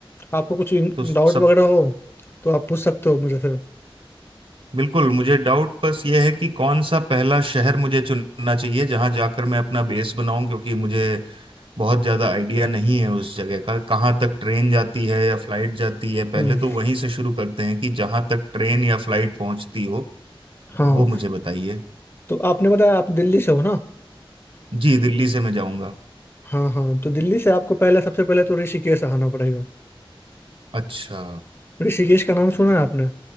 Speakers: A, on the left; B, on the right.
A: आपको कुछ
B: तो सब
A: डाउट वगैरह हो तो आप पूछ सकते हो मुझे फिर
B: बिल्कुल मुझे डाउट बस ये है कि कौन सा पहला शहर मुझे चुनना चाहिए जहां जाकर मैं अपना बेस बनाऊं क्योंकि मुझे बहुत ज्यादा आइडिया नहीं है उस जगह का कहाँ तक ट्रेन जाती है या फ्लाइट जाती है पहले
A: हम्म
B: तो वहीं से शुरू करते हैं कि जहां तक ट्रेन या फ्लाइट पहुंचती हो
A: हाँ
B: वो मुझे बताइए
A: तो आपने बताया आप दिल्ली से हो ना
B: जी दिल्ली से मैं जाऊंगा
A: हाँ हाँ तो दिल्ली से आपको पहले सबसे पहले तो ऋषिकेश आना पड़ेगा
B: अच्छा
A: ऋषिकेश का नाम सुना है आपने